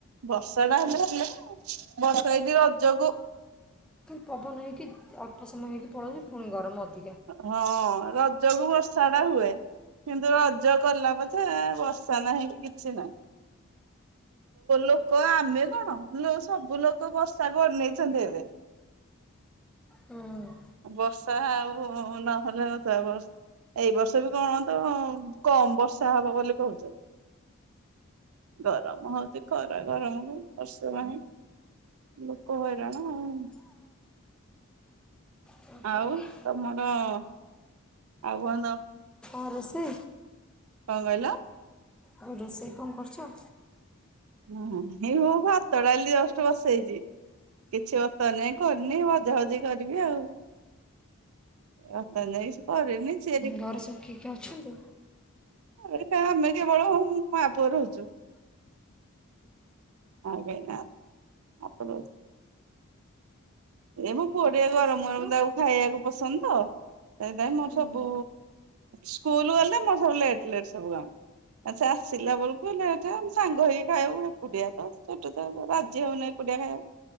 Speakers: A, on the right; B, in the centre.
A: ବର୍ଷା ଟା ହେଲେ ହେଲା ବର୍ଷା ଏଇକି ରଜକୁ
B: ପବନହିଁ କି? ପୋଟ ସମୟ ହେଇକି ପଳଉଛିୁଣି ଗରମ ଅ
A: ହଁ। ରଜକୁ ବର୍ଷା ଟା ହୁଏ କିନ୍ତୁ ରଜ ଗଲା ବଛେ ବର୍ଷା ନାହିଁ କି କିଛି ନାହିଁ। ଲୋକ ଆମେ କଣ ସବୁ ଲୋକ ବର୍ଷା କରି ନେଇଛନ୍ତି ଏବେ।
B: ହୁଁ।
A: ବର୍ଷା ଆଉ ନହେଲେ ନଥିବାଷ ଏଇ ବର୍ଷ ବି କଣ ତ କମ ବର୍ଷା ହବ ବୋଲି କହୁଛନ୍ତି ଗରମ ହଉଛି ଖରା ଗରମକୁ ବର୍ଷେ ପାଇଁହିଁ ଲୋକ ହଇରାଣ ଆଉ।
B: କ'ଣ
A: ଆଉ
B: କରିବା
A: ତମର ଆଉ କହନ୍ତ।
B: ଆ ସେ
A: କଣ କହିଲ?
B: ଆଉ ରୋଷେଇ କଣ କରୁଛ?
A: ଓ ଏଇ ହୋ ଭାତଡାଲି ଦଷ୍ଟ ବସେଇଛି କିଛି ବତର ଯାଇ କରିନି ଭଜାଭଜି କରିବି ଆଉ ବତର ଯାଇ କରିନି। ସିଏ
B: ଘରେ ସବୁ କି କିଏ ଅଛନ୍ତି?
A: ଏଟା ଆମେ କେବଳ ହଉ ମପୁଅ ରହୁଛୁ। ଆ ଭାଇ ନା ଆପ ଏ ମୋ ପୁଅ ଟଆ
B: ଶାଶୁ
A: ଗରମ
B: ଶ୍ୱଶୁର
A: ଗରମ ତାକୁ ଖାଇବାକୁ ପସନ୍ଦ ତ ସେଥିାଇଁ ମୋର
B: ଉଁ,
A: ସବୁ ସ୍କୁଲ ଗଲେ ମ। ଲଟ ଲେଟ ସବୁ କାମ ସେ ଆସିଲା ବେଳକୁ ହେଲେ ଏେ ସାଙ୍ଗ ହେଇକି ଖାଉ ଏଡିଆ ତ ଛୋଟ ରାଜି ହଉନି ଏକୁଡିଆ ଖାଇ